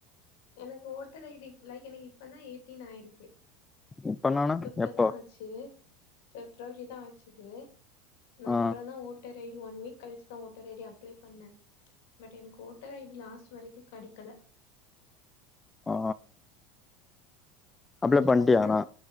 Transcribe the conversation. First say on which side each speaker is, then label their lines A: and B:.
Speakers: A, on the left; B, on the left.
A: எனக்கு ஓட்டர் ஐடி லைக் எனக்கு இப்ப தா எயிட்டீன் ஆயிருக்கு
B: இப்பனானா
A: ஃபேப்ல
B: எப்போ
A: தா ஆச்சு பிப்ரவரி தா ஆச்சிது நா
B: ஆ
A: அப்புற தா voter ID one week கழிச்சி தா ஓட்டர் ஐடி அப்ளை பண்ணே பட் எனக்கு ஓட்டர் ஐடி லாஸ்ட் வரைக்கு கடைக்கல
B: ஆ அப்ளை
A: இப்ப
B: பண்ட்டியானா
A: தான்